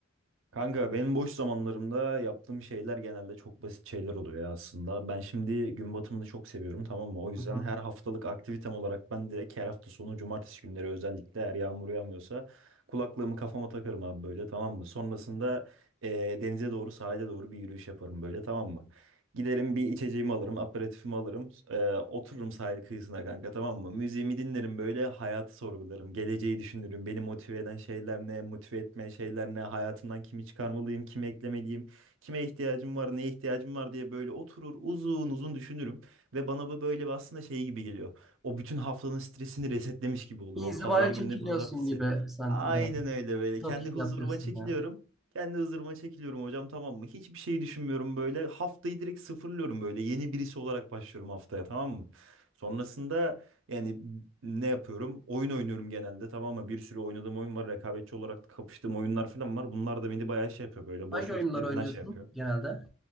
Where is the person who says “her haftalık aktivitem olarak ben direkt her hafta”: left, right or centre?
Right